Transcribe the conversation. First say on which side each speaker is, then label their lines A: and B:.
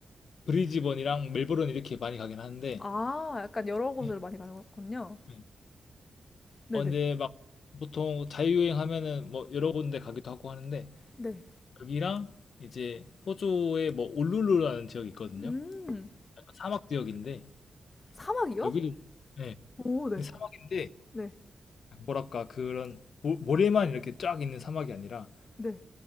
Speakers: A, on the left; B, on the left.
A: 브리즈번이랑 멜버른 이렇게 많이 가긴 하는데
B: 아, 약간 여러 곳을
A: 네,
B: 많이 가는군요.
A: 네.
B: 네네.
A: 어, 근데 막 보통 자유여행 하면은 뭐 여러 군데 가기도 하고 하는데
B: 네.
A: 여기랑 이제 호주의 뭐 울룰루라는 지역이 있거든요.
B: 음.
A: 약간 사막 지역인데
B: 사막이요?
A: 여기도 네,
B: 오, 네.
A: 근데 사막인데
B: 네.
A: 뭐랄까 그런 모, 모래만 이렇게 쫙 있는 사막이 아니라
B: 네.